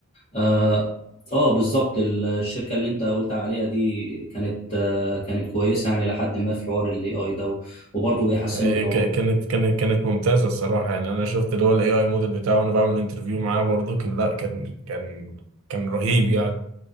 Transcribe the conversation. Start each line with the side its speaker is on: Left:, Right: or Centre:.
Left: اه, آه بالظبط ال- الشركه اللي انت قلت عليها دي كانت آه كانت كويسه يعني لحد ما في حوار الاي اي ده و- وبرضه بيحسنوا
Right: إيه،
Left: ويطوروا
Right: ك- كانت كانت كانت ممتازه الصراحه يعني انا شفت اللي هو الاي اي موديل بتاعه وانا بعمل انترفيو معاه برضه كان لا كان كان كان رهيب يعني